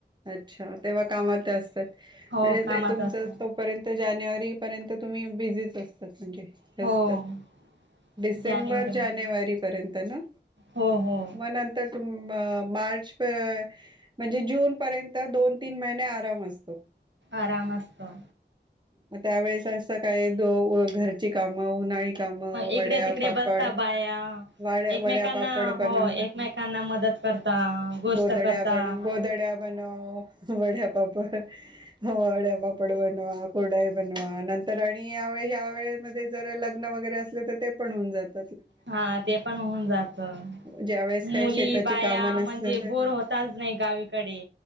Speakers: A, on the right; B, on the right.
A: अच्छा तेव्हा कामात असतात
B: हो
A: म्हणजे
B: कामात
A: ते तुमचं....
B: असत
A: तोपर्यंत जानेवारी पर्यंत तुम्ही बिझीच असतात म्हणजे...
B: हो....
A: जास्त डिसेंबर
B: जानेवारी महिना
A: जानेवारी पर्यंत ना...
B: हो हो.....
A: मग नंतर तुम मार्च.... म्हणजे जून पर्यंत दोन तीन महिने आराम असतो.......
B: आरांम असतों
A: मंग त्यांवेेळेस असं कायं द घरची कामं उन्हांळी कामं
B: ईकडे
A: वड्या
B: तिकडे
A: पापड
B: बसतां बांया
A: वाड्या
B: एकमेकांना
A: वड्या पापड
B: हो
A: बनव
B: एकमेकांना मंदत करतां गोंष्ट
A: गोदड्या
B: करतां
A: बनव गोदड्या बनव वड्यापापड हवाळ्यां पापड बनवां कुरडाई बनवां नंतर आणि यावें ह्यां वेळेमध्यें जरं लग्नं वगैरें असले तरं ते पणं होऊंन जाते
B: हां ते पणं होऊंन जातं
A: ज्यावेेळेस
B: मुली
A: काही शेताची
B: बांया
A: कामं नसलं
B: म्हणजे
A: तर
B: बोर होतं होतांत नाहीं गांवीकडे